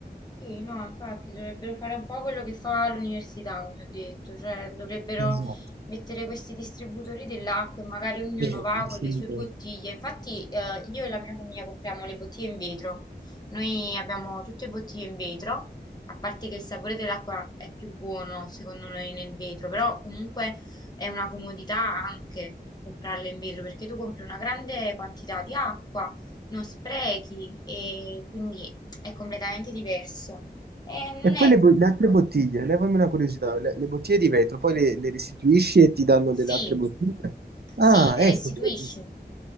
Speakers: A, on the left; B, on the right.
A: Sì, no, infatti dovrebbero fare un po' quello che fa l'università, come ho detto, cioè dovrebbero
B: Esatto,
A: mettere questi distributori dell'acqua e magari ognuno
B: esatto,
A: va
B: assolutamente.
A: con le sue bottiglie. Infatti, eh, io e la mia famiglia compriamo le bottiglie in vetro. Noi abbiamo tutte bottiglie in vetro, a parte che il sapore dell'acqua è più buono, secondo noi, nel vetro, però comunque è una comodità anche comprarle in vetro, perché tu compri una grande quantità di acqua non sprechi e quindi è completamente diverso. E non
B: E poi
A: è
B: le, bo-
A: appunto...
B: le altre bottiglie, levami una curiosità, le, le bottiglie di vetro, poi le, le restituisci e ti danno
A: Sì,
B: delle altre bottiglie? Ah,
A: sì, le
B: ecco,
A: restituisci.
B: vedi,